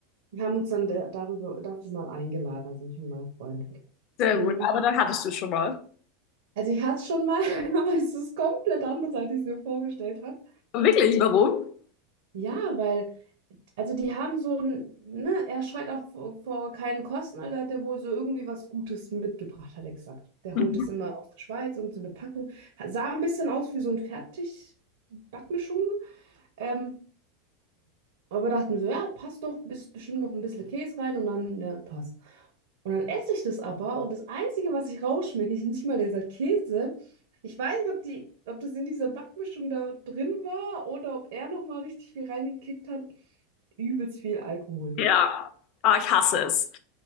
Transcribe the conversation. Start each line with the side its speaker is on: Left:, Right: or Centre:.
Right: Wir haben uns dann da- darüber, dafür mal eingeladen, also ich und mein Freund.
Left: Sehr
Right: Mm,
Left: gut, aber dann hattest du schon mal.
Right: Also ich hatte es schon mal, <laughs> aber es ist komplett anders, als ich es mir vorgestellt habe.
Left: Wirklich, warum?
Right: Ja, weil... Also die haben so ein, ne, er scheut auch vor, vor keinen Kosten, also hat er wohl so irgendwie was Gutes mitgebracht, hat er gesagt. Der
Left: Mhm.
Right: holt es immer aus der Schweiz, irgend so eine Packung. Sah ein bisschen aus wie so ein Fertig-Backmischung. Ähm, aber dachten wir so, ja, passt doch, ist bestimmt noch ein bisschen Käse rein und dann, ja, passt. Und dann esse ich das aber und das Einzige, was ich rausschmecke, ist nicht mal dieser Käse. Ich weiß nicht, ob die, ob das in dieser Backmischung da drin war oder ob er nochmal richtig viel reingekickt hat. Übelst viel Alkohol.
Left: Ja, ah, ich hasse es.